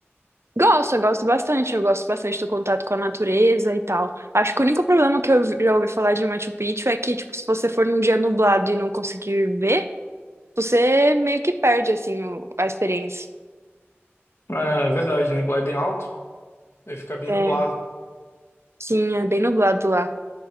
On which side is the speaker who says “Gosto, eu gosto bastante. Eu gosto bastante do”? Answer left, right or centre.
Right